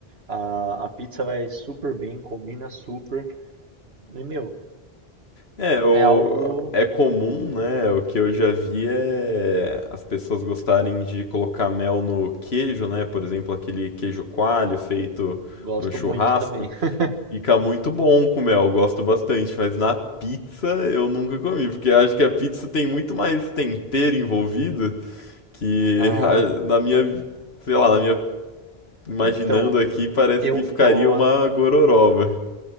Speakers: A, on the right; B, on the left.
A: A, a pizza vai super bem, combina super. E, meu,
B: É, o...
A: é algo.
B: é comum, né? O que eu já vi é as pessoas gostarem de colocar mel no queijo, né? Por exemplo, aquele queijo coalho feito
A: Gosto
B: no churrasco.
A: muito também. <laughs>
B: Fica muito bom com mel, eu gosto bastante. Mas na pizza eu nunca comi, porque eu acho que a pizza tem muito mais tempero envolvido que
A: Ah,
B: <laughs> a- na minha, sei lá, na minha imaginando
A: então,
B: aqui, parece
A: eu,
B: que ficaria
A: eu
B: uma gororoba.